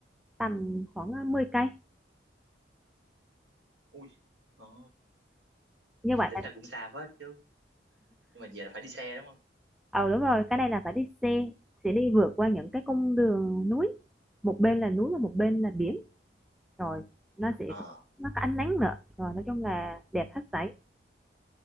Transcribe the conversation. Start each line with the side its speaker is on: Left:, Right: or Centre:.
Centre: tầm khoảng ờ, 10 cây
Right: ui đó
Centre: như
Right: vậy
Centre: vậy
Right: tính
Centre: là
Right: là cũng xa phết chứ nhưng mà về là phải đi xe đúng không
Centre: ờ đúng rồi cái này là phải đi xe sẽ đi vượt qua những cái cung đường núi một bên là núi và một bên là biển rồi nó sẽ
Right: ờ
Centre: nó có ánh nắng nữa rồi nói chung là đẹp hết sảy